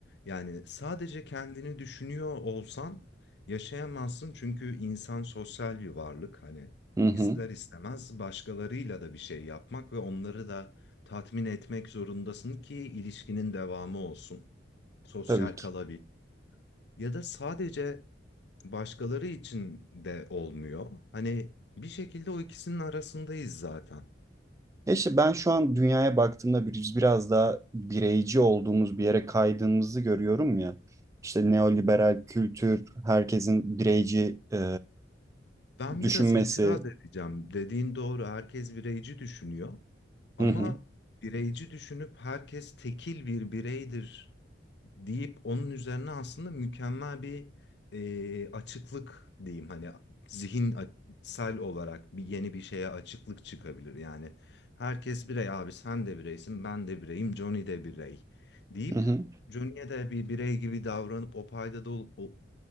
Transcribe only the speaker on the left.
Yani sadece kendini düşünüyor olsan yaşayamazsın çünkü insan sosyal bir varlık. Hani
ister istemez başkalarıyla da bir şey yapmak ve onları da tatmin etmek zorundasın ki ilişkinin devamı olsun. Sosyal
kalabil. Ya da sadece başkaları için de olmuyor. Hani bir şekilde o ikisinin arasındayız zaten.
Ben
biraz itiraz edeceğim. Dediğin doğru. Herkes bireyci düşünüyor. Ama
bireyci düşünüp herkes tekil bir bireydir deyip onun üzerine aslında mükemmel bir e, açıklık diyeyim. Hani zihinsel olarak bir yeni bir şeye açıklık çıkabilir. Yani herkes birey abi sen de bireysin ben de bireyim Johnny de birey deyip
Johnny'e de bir birey gibi davranıp o paydada ol- o-